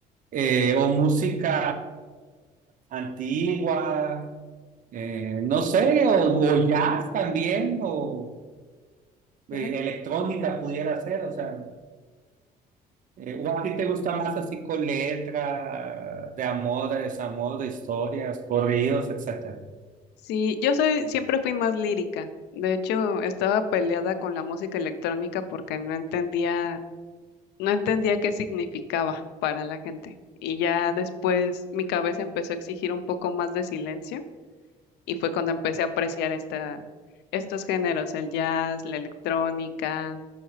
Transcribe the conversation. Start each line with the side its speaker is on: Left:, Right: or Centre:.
Right: Eh, o música antigua, eh, no sé, o, o jazz también, o
Left: ¿ya?
Right: eh,
Left: ¿no?
Right: electrónica pudiera ser, o sea, Eh, ¿o a ti te gusta más así con letra, de amor, de desamor, de historias, corridos, etcétera?
Left: Sí, yo soy, siempre fui más lírica. De hecho, estaba peleada con la música electrónica porque no entendía, no entendía qué significaba para la gente. Y ya después mi cabeza empezó a exigir un poco más de silencio Y fue cuando empecé a apreciar esta, estos géneros, el jazz, la electrónica,